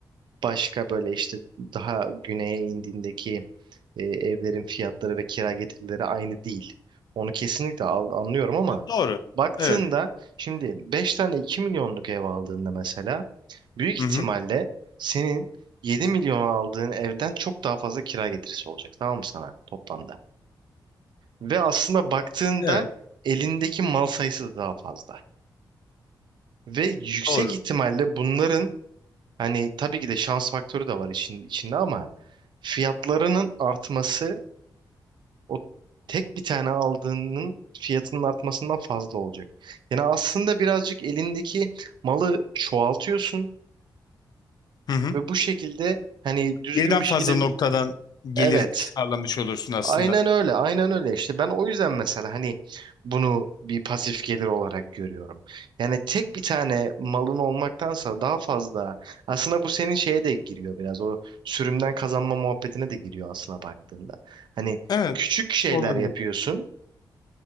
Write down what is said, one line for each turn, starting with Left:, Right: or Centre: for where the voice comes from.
Right: Başka böyle işte daha güneye indiğindeki e, evlerin fiyatları ve kira getirileri aynı değil. Onu kesinlikle al- anlıyorum ama
Left: E, doğru
Right: baktığında
Left: evet
Right: şimdi 5 tane 2 milyonluk ev aldığında mesela büyük ihtimalle
Left: hı hı
Right: senin 7 milyon aldığın evden çok daha fazla kira getirisi olacak tamam mı sana toplamda? Ve aslında baktığında
Left: evet
Right: elindeki mal sayısı da daha fazla. Ve yüksek
Left: doğru
Right: ihtimalle bunların Hani tabii ki de şans faktörü de var işin içinde ama fiyatlarının artması o tek bir tane aldığının fiyatının artmasından fazla olacak. Yani aslında birazcık elindeki malı çoğaltıyorsun
Left: Hı hı.
Right: ve bu şekilde hani düzgün
Left: Birden
Right: bir
Left: fazla
Right: şekilde
Left: noktadan gelir
Right: evet
Left: sağlamış olursun aslında.
Right: Aynen öyle, aynen öyle. İşte ben o yüzden mesela hani bunu bir pasif gelir olarak görüyorum. Yani tek bir tane malın olmaktansa daha fazla aslında bu senin şeye de giriyor biraz o sürümden kazanma muhabbetine de giriyor aslına baktığında. Hani
Left: Evet,
Right: küçük şeyler
Left: olabilir.
Right: yapıyorsun,